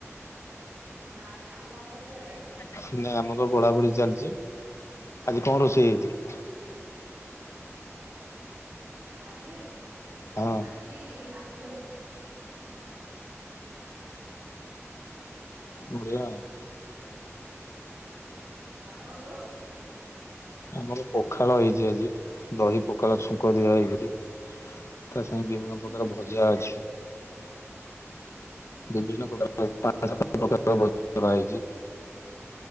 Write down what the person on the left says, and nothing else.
କିଛି ନାଇଁ ଆମର ବଢା ବଢି ଚାଲିଛି ଆଜି କଁ ରୋଷେଇ ହେଇଛି‌।
ହଁ।
ବଢ଼ିଆ।
ଆମର ପଖାଳ ହେଇଛି ଆଜି ଦହି ପଖାଳ ଛୁଙ୍କ ଦିଆ ହେଇକିରି। ତା ସାଙ୍ଗେରେ ବିଭିନ୍ନ
ପ୍ରକାର
ଭଜା ଅଛି। ବିଭିନ୍ନ ପ୍ରକାର ଆଜି ପାଁ ସାତ ପ୍ରକାର ର ଭଜା କରା ହେଇଛି।